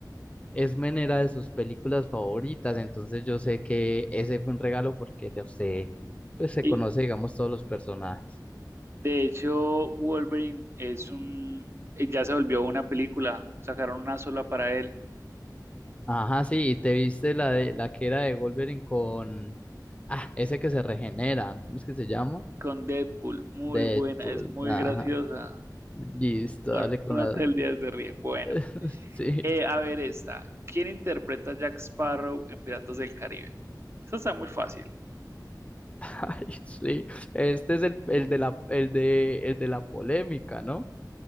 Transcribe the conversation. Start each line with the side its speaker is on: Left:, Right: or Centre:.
Left: X-Men era de sus películas favoritas, entonces yo sé que ese fue un regalo porque de usted pues, se
Right: Y
Left: conoce, digamos, todos los personajes.
Right: de hecho, Wolverine es un, eh, ya se volvió una película, sacaron una sola para él
Left: Ajá, sí, y te viste la de la que era de Wolverine con ah, ese que se regenera, ¿cómo es que se llama?
Right: con Deadpool, muy
Left: Deadpool,
Right: buena, es muy
Left: ajá.
Right: graciosa.
Left: Listo,
Right: Bueno,
Left: dale con
Right: uno
Left: la
Right: todo el día se ríe. Bueno,
Left: <laughs> sí.
Right: eh, a ver esta. ¿Quién interpreta a Jack Sparrow en Piratas del Caribe? Eso está muy fácil.
Left: <laughs> Ay, sí. Este es el, el de la el de el de la polémica, ¿no?